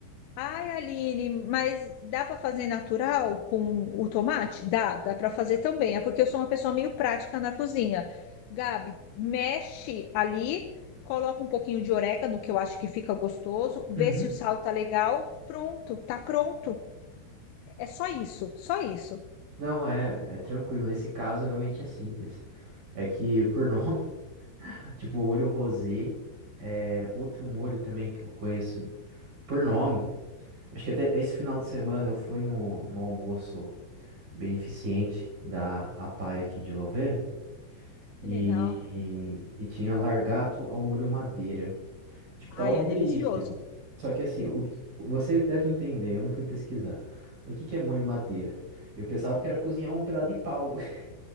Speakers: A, on the left; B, on the right.
A: Ai, Aline, mas dá para fazer natural com o tomate? Dá, dá para fazer também. É porque eu sou uma pessoa meio prática na cozinha. Gabi, mexe ali, coloca um pouquinho de orégano, que eu acho que fica gostoso, vê
B: <laughs>
A: se o sal tá legal. Pronto, tá pronto. É só isso, só isso.
B: Não, é, é tranquilo. Nesse caso, realmente é simples. É que, por nome, <laughs> tipo, molho rosé, é outro molho também que eu conheço por nome. Acho que até esse final de semana eu fui no, no almoço beneficente da APAE aqui de Louveira e,
A: Que Legal.
B: e tinha largato ao molho madeira. Tipo, tava
A: Ai,
B: uma
A: é
B: delícia.
A: delicioso.
B: Só que assim, o, que- você deve entender, eu não fui pesquisar. O que que é molho madeira? Eu pensava que era cozinhar um pedaço de pau. <laughs>